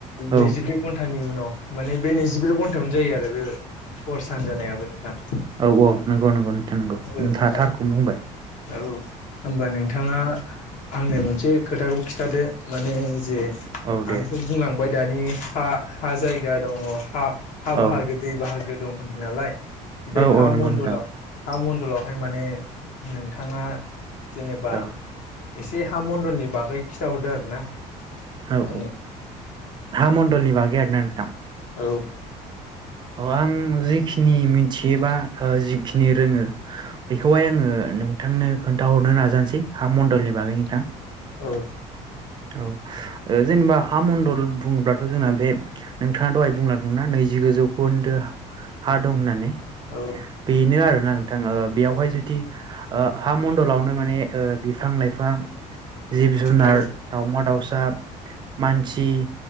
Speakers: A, on the right; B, on the left.
A: औ
B: नैजिब्रै घन्टानि उनाव मानि बे नैजिब्रै घन्टायावनो जायो आरो बे हर सान जानायाबो नोंथां।
A: औ औ नंगौ नंगौ नोंथां नंगौ
B: औ
A: नोंथाङा
B: नोंथां
A: थारखौनो होनबाय।
B: औ होनबा नोंथाङा आंनो मोनसे खोथाखौ खिन्थादो माने जे
A: औ दे
B: आंथ' बुंलांबाय दानि हा हा जायगा दङ हा हा
A: औ
B: बाहागो दै बाहागो दं होनदों नालाय बे
A: औ
B: हा
A: औ नंगौ
B: मणडलाव
A: नोंथां
B: हा मण्डलावहाय माने नोंथाङा जेनेबा
A: औ
B: एसे हा मणडलनि बागै खिन्थाहरदो आरो ना।
A: औ औ
B: आंनो
A: ओ हा मण्डलनि बागै आरोना नोंथां
B: औ
A: अ आं जि जिखिनि मिथियोबा ओ जिखिनि रोङो बेखौहाय आङो नोंथांनो खोन्थाहर नो नाजानोसै हाण्डलनि बागै नोंथां
B: औ
A: औ जेनेबा हा मण्डल बुङोब्लाथ' जोंना बे नोंथाङा दहाय बुंलादोंमोनना नैजिगुजौ गुनदो हा दं होननानै
B: औ
A: बेनो आरोना नोंथां ओ बेवहाय जुदि ओ हा मण्डलाव नो माने ओ बिफां लाइफां जिब जुनार
B: औ
A: दाउमा दाउसा मानसि